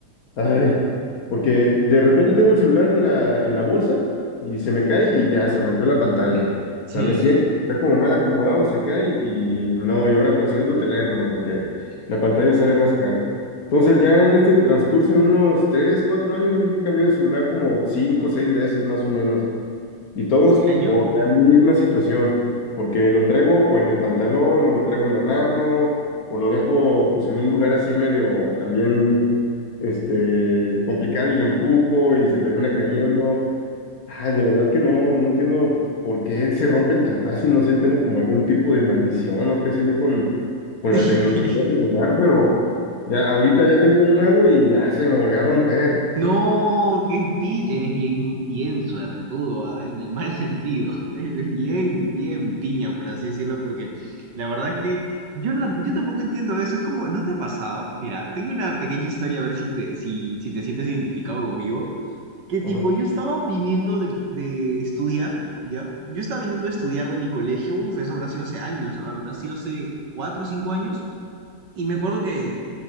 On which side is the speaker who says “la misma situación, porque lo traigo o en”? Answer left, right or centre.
Left